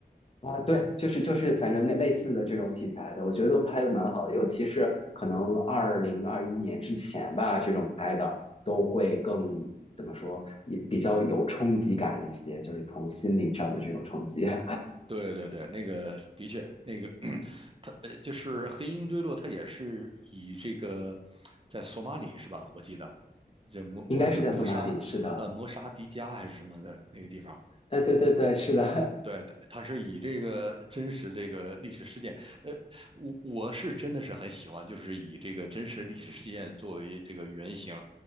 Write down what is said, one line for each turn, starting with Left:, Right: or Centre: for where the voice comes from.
Left: 啊，对，就是就是，反正那类似的这种题材的，我觉得都拍的蛮好的，尤其是可能二零二一年之前吧，这种拍的都会更怎么说，也比较有冲击感一些，就是从心灵上的这种冲击。<laughs>
Right: 对对对，那个的确，那个 <clears throat> 他呃，就是黑鹰坠落，他也是以这个在索马里是吧？我记得这摩摩沙摩沙呃摩沙迪加还是什么的那个地方，
Left: 应该是在索马里，是的，哎，对对对，是的，
Right: 对，他是以这个真实这个历史事件，呃，我我是真的是很喜欢，就是以这个真实历史事件作为这个原型，